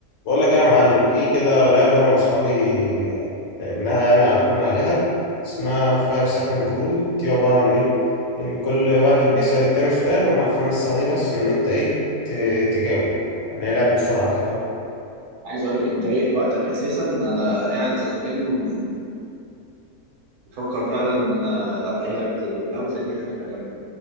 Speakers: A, on the left (about 65°); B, on the right (about 75°).
A: بقول لك ايه يا معلم في كده لعبة انا واصحابي لعبناها يعني عرفونا عليها اسمها 5 second rule دي عبارة عن ايه ان كل واحد بيسأل التاني سؤال ومعاك خمس ثواني بس ان انت ايه ت- تجاوب يعني هي لعبة سرعة كده
B: عايز اقول لك انت جاي في وقتك اساسا انا قاعد زهقان بفكر فعلا ان انا العب اي لعبه زي دي واللعبه زي دي هتبقى جامده